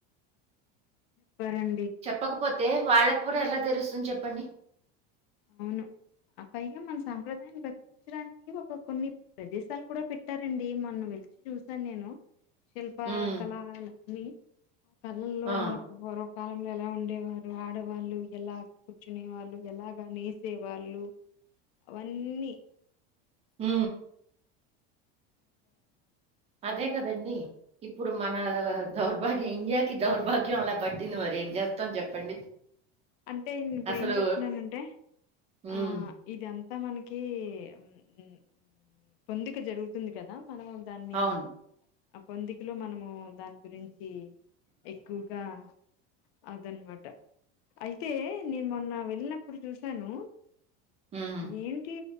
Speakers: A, on the left (about 85°); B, on the right (about 20°).
A: పరం
B: చెప్పకపోతే వాళ్ళకి కూడా ఎలా తెలుస్తుంది చెప్పండి
A: అవును అ పైగా మన సాంప్రదాయాన్ని బతి పించడానికి ఒక కొన్ని ప్రదేశాలు కూడా పెట్టారండి మన్న వెలిచి చూసాను నేను శిల్ప
B: హ్మ్.
A: కళా లన్నీ ఆ కళల్లో
B: ఆ!
A: మన గౌరవ కాలంలో ఎలా ఉండేవారు ఆడవాళ్ళు ఎలా కూర్చునే వాళ్ళు ఎలా కానీ సేవాళ్ళు అవన్నీ
B: ఉ
A: <inaudible>
B: అదే కదండి ఇప్పుడు మన దౌర్భాగ్యం ఇండియాకి దౌర్భాగ్యం అలా పట్టింది మరి ఏం చేస్తాం చెప్పండి
A: అంటే నేను ఇప్పుడు
B: అసలు
A: ఏం చెప్తున్నానంటే
B: హ్మ్.
A: ఆ ఇది అంతా మనకి ఉమ్ ఉమ్ పొందిక జరుగుతుంది కదా మనం దాన్ని
B: అవును.
A: ఆ పొందికలో మనము దాని గురించి చి ఎక్కువగా అదనమాట అయితే నేను మొన్న వెళ్ళినప్పుడు చూసాను
B: హ్మ్.
A: ఏంటి